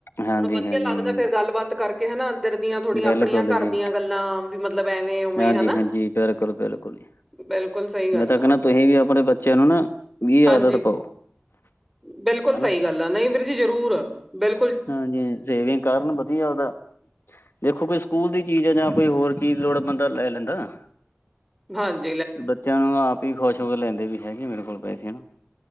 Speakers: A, on the left; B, in the centre.
A: ਹਾਂਜੀ
B: ਥੋੜਾ ਵਧੀਆ
A: ਹਾਂਜੀ
B: ਲੱਗਦਾ ਫਿਰ ਗੱਲਬਾਤ ਕਰ। ਕੀਹੇ ਨਾ ਇੱਧਰ ਦੀਆਂ ਥੋੜੀਆਂ
A: ਬਿਲਕੁਲ
B: ਆਪਣੀਆਂ ਘਰ
A: ਜੀ
B: ਦੀਆਂ ਗੱਲਾਂ, ਵੀ ਮਤਲਬ ਐਵੇਂ ਉਵੇਂ
A: ਹਾਂਜੀ-
B: ਹਨਾ
A: ਹਾਂਜੀ, ਬਿਲਕੁਲ-ਬਿਲਕੁਲ। ਖੁਲਿਆ,
B: ਬਿਲਕੁਲ ਸਹੀ ਗੱਲ
A: ਮੈਂ ਤਾਂ
B: ਆ
A: ਕਹਿਣਾ ਤੁਸੀਂ ਵੀ ਆਪਣੇ ਬੱਚਿਆਂ ਨੂੰ ਨਾ, ਵੀ
B: ਹਾਂਜੀ
A: ਆਦਤ ਪਾਓ।
B: ਬਿਲਕੁਲ
A: ਹਨਾ
B: ਸਹੀ ਗੱਲ ਆ, ਨਹੀਂ ਵੀਰ ਜੀ ਜ਼ਰੂਰ, ਬਿਲ
A: ਹਾਂਜੀ, ਸੇਵਿੰਗ ਕਰਨ ਵਧੀਆ ਉਹਦਾ ਦੇਖੋ ਕੋਈ ਸਕੂਲ ਦੀ ਚੀਜ਼ ਆ ਜਾਂ ਕੋਈ ਹੋਰ ਚੀਜ਼ ਲੋੜ ਬੰਦਾ ਲੈ ਲੈਂਦਾ।
B: ਹਾਂਜ
A: ਬੱਚਿਆਂ ਨੂੰ ਆਪ ਹੀ ਖੁਸ਼ ਹੋ ਕੇ ਲੈਂਦੇ ਵੇ, ਹੈਗੇ ਮੇਰੇ ਕੋਲ ਪੈਸੇ ਹਨਾ।